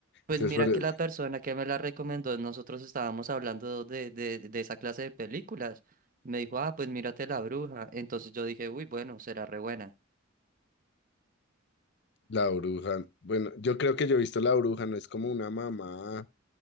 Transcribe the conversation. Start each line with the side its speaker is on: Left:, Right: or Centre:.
Right: Pues
Left: Entonces,
Right: mira
Left: pero
Right: que la persona que me la recomendó, nosotros estábamos hablando de, de, de esa clase de películas. Me dijo, ah, pues mírate La Bruja. Entonces yo dije, uy, bueno, será re buena.
Left: la bruja, bueno, yo creo que yo he visto la bruja, no es como una mamá